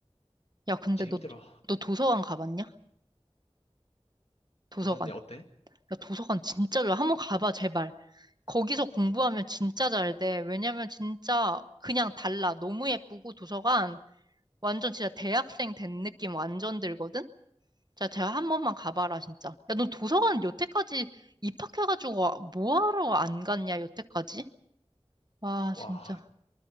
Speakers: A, on the right; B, on the left.
A: 야, 근데
B: 제
A: 너,
B: 힘들어.
A: 너 도서관 가봤냐? 도서관.
B: 너선 내 어때?
A: 야, 도서관 진짜 좋아. 한번 가봐, 제발. 거기서 공부하면 진짜 잘 돼. 왜냐면 진짜 그냥 달라. 너무 예쁘고 도서관 완전 진짜 대학생 된 느낌 완전 들거든? 자, 제가 한 번만 가봐라, 진짜. 야, 너 도서관 여태까지 입학해가지고 와- 뭐 하러 안 갔냐, 여태까지? 와,
B: 와,
A: 진짜.